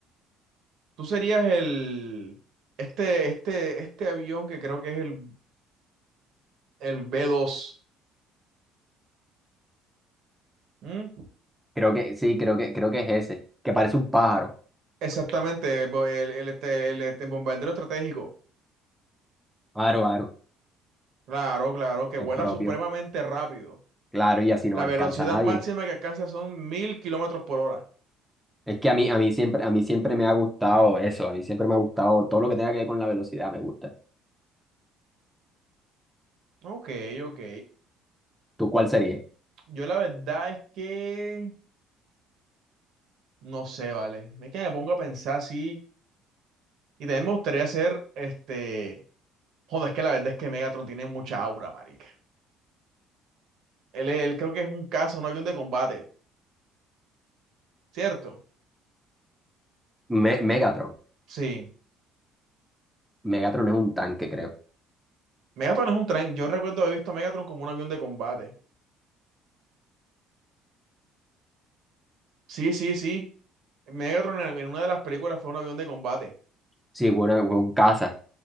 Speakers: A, on the right; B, in the centre.
A: Tú serías el, este, este, este avión que creo que es el, el b dos, ¿Mm?
B: Creo que, sí, creo que, creo que es ese, que parece un pájaro.
A: Exactamente, bo- el, el, este, el, este bombardero estratégico.
B: Aro, aro.
A: Claro, claro, que
B: El
A: vuela
B: propio,
A: supremamente rápido.
B: claro, y así no
A: La
B: me alcanza
A: velocidad
B: a nadie.
A: máxima que alcanza son mil kilómetros por hora.
B: Es que a mí, a mí siempre, a mí siempre me ha gustado eso, a mí siempre me ha gustado todo lo que tenga que ver con la velocidad, me gusta.
A: Ok, ok.
B: ¿Tú cuál sería?
A: Yo la verdad es que no sé, vale. Es que me pongo a pensar así. Y también me gustaría hacer este. Joder, es que la verdad es que Megatron tiene mucha aura, marica. Él, él creo que es un caza, un avión de combate. ¿cierto?
B: Me- Megatron.
A: Sí.
B: Megatron es un tanque, creo.
A: Megatron es un tren. Yo recuerdo haber visto a Megatron como un avión de combate. Sí, sí, sí. Megatron en, en una de las películas fue un avión de combate,
B: Sí, bueno, es un caza.